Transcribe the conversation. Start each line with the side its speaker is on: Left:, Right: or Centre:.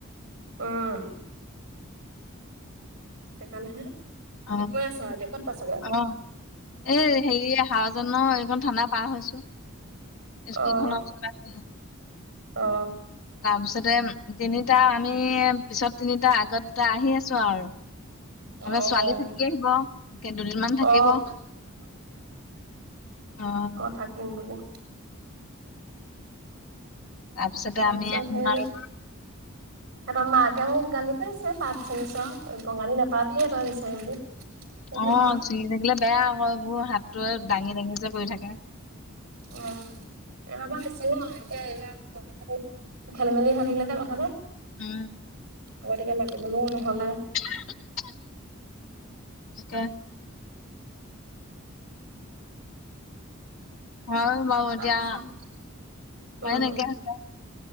Right: উম সেইকাৰণেহে ৰাতি
Left: অহ
Right: গৈ আছ এতিয়া ক'ত পাইছগে?
Left: অহ এই হেৰি হাৱাজানৰ এখন থানা পাৰ হৈছো
Right: অ',
Left: স্কুল খনৰ ওচৰত আছোহি।
Right: অ
Left: তাৰ পিছতে তিনিটা আমি পিছত তিনিটাৰ আগত দুটা আহি আছো আৰু।
Right: অ',
Left: তাৰপাছত ছোৱালী থাকি আহিব দুদিনমান থাকিব।
Right: অ',
Left: অঁ
Right: অঁ থাকিম বুলি
Left: তাৰপিছতে
Right: তাৰপিছত
Left: আমি আহিম
Right: হেৰি
Left: আৰু-
Right: সিহঁতৰ মাকে মোক গালি পাৰিছে পাত ছিঙিচ বঙালী নাপালি তই বিচাৰি বুলি- এতিয়া
Left: অ চিঙি থাকিলে বেয়া আকৌ এইবোৰ হাতটো দাঙি দাঙি যে পৰি থাকে।
Right: অঁ এইবাৰৰ পৰা নিছিঙু আৰু এতিয়া এইবিলাক। খেলি মেলি হৈ থাকিলে যে কথাটো।
Left: উম
Right: আগতীয়কে মাতিবলৈও নহলে।
Left: <unintelligible> তাকে হয় বাৰু এতিয়া
Right: তাৰপিছত
Left: উপাই
Right: উম
Left: নাইকিয়া হৈছে